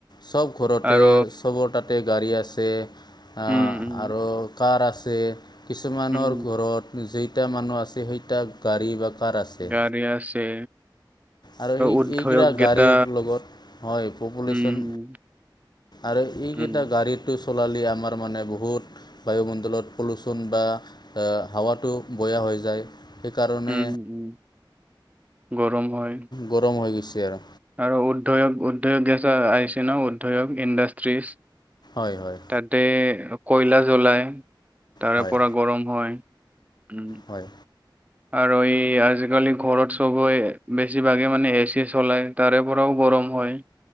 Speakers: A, on the left; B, on the right.
A: চব ঘৰতে
B: আৰু
A: চবৰ তাতে গাড়ী আছে। আ
B: উম উম
A: আৰু কাৰ আছে কিছুমানৰ
B: উম
A: ঘৰত যেইটা মানুহ আছে সেইটা গাড়ী বা কাৰ আছে
B: গাড়ী আছে।
A: আৰু সেই
B: উদ্যোগ
A: এইকেইটা গাড়ীৰ
B: কেইটা
A: লগত হয় পপুলেশ্যন
B: উম
A: আৰু এইকেইটা
B: উম
A: গাড়ীটো চলালি আমাৰ মানে বহুত বায়ুমণ্ডলত পলুচন বা আ হাৱাটো বৈ বৈ যায়। সেইকাৰণে
B: উম উম গৰম হয়।
A: গৰম হৈ গৈছে আৰু
B: আৰু উদধয়ক উদধয়ক গেছ আহিছে ন। উদধয়ক ইণ্ডাষ্ট্ৰিজ।
A: হয় হয়
B: তাতে কয়লা জ্বলায়, তাৰে
A: হয়
B: পৰা গৰম হয়। উম,
A: হয়।
B: আৰু এই আজিকালি ঘৰত সবেই বেছিভাগে মানে এ চি চলাই তাৰে পৰাও গৰম হয়।